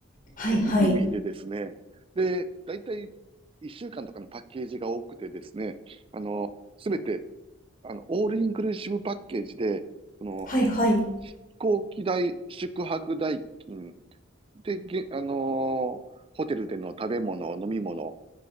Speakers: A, on the left; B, on the right.
A: はいはい。
B: う海でですね。で、だいたい1週間とかのパッケージが多くてですね、あの、すべてあの、オールインクルーシブパッケージで、その、
A: はいはい。
B: 飛行機代、宿泊代金で、げ、あのーホテルでの食べ物、飲み物、